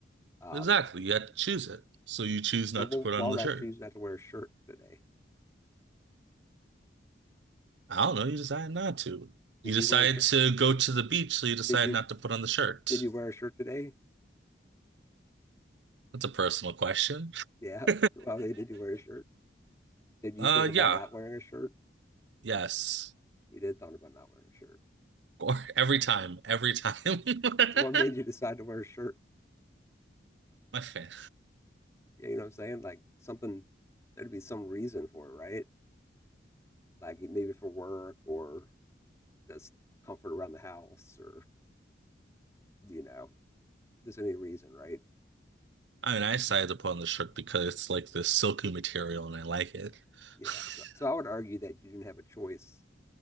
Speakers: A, on the left (about 15°); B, on the right (about 75°).
A: Um,
B: Exactly. You had to choose it. So you choose not
A: so wh-
B: to put on
A: why would
B: the
A: I
B: shirt.
A: choose not to wear a shirt today?
B: I don't know. You decide not to.
A: Did
B: You
A: you
B: decide
A: wear a shirt?
B: to go to the beach, so you decide
A: Did you
B: not to put on the shirt.
A: did you wear a shirt today?
B: That's a personal question. <laughs>
A: Yeah. <laughs> Well, hey, did you wear a shirt? Did you
B: Uh,
A: think about
B: yeah.
A: not wearing a shirt?
B: Yes.
A: You did thought about not wearing a shirt.
B: Or every time. Every time. <laughs>
A: So what made you decide to wear a shirt?
B: My fan.
A: Yeah, you know what I'm saying? Like something there'd be some reason for it, right? Like maybe for work or does comfort around the house or, you know, there's any reason, right?
B: I mean, I decided to put on the shirt because it's like this silky material and I like it.
A: Yeah.
B: <laughs>
A: So, so I would argue that you didn't have a choice